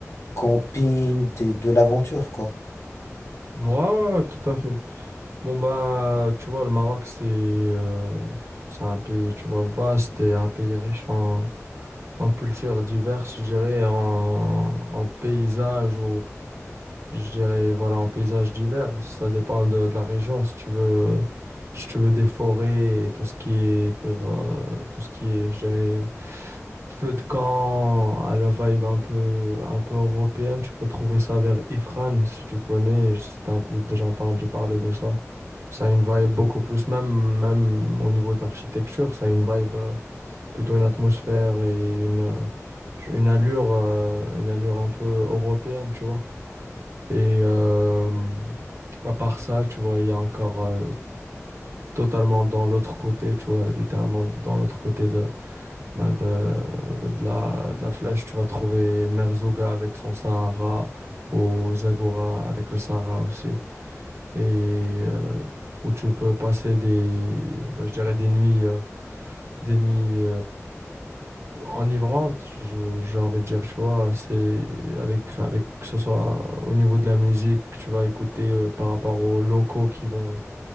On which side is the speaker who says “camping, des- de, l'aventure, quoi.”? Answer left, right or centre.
Left